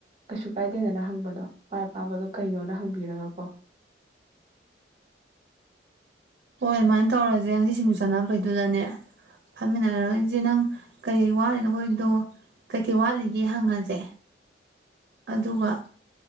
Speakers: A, on the right; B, on the right.
A: ꯀꯩꯁꯨ ꯀꯥꯏꯗꯦꯗꯅ ꯍꯪꯕꯗꯣ ꯃꯥꯏ ꯑꯄꯥꯝꯕꯗꯣ ꯀꯩꯅꯣꯅ ꯍꯪꯕꯤꯔꯒꯀꯣ
B: ꯍꯣꯏ ꯑꯗꯨꯃꯥꯏꯅ ꯇꯧꯔꯖꯦ ꯉꯁꯤ ꯁꯤꯡꯖ ꯆꯥꯟꯅꯕꯩꯗꯨꯗꯅꯦ ꯐꯝꯃꯤꯟꯅꯔ ꯏꯆꯦ ꯅꯪ ꯀꯩꯀꯩ ꯋꯥꯠꯂꯤ ꯅꯈꯣꯏꯗꯣ ꯀꯩꯀꯩ ꯋꯥꯠꯂꯤꯒꯦ ꯍꯪꯉꯖꯦ ꯑꯗꯨꯒ